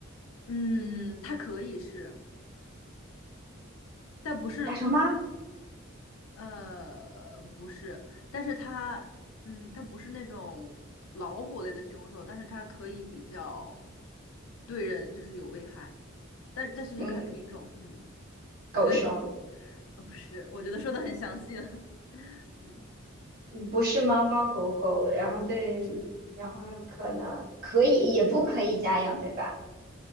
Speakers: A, on the left; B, on the right.
A: 嗯，它可以是，但不是。
B: 大熊猫？
A: 呃，不是，但是它，嗯，它不是那种老虎类的凶兽，但是它可以比较对人就是有危害，但但是也看品种，
B: 嗯，
A: 嗯，
B: 狗熊。
A: 我觉得
B: 嗯
A: <laughs>，呃不是，我觉得说的很详细了，<laughs> 嗯
B: 不是猫猫狗狗，然后对，
A: 嗯
B: 然后有可能可以，也不可以家养，对吧？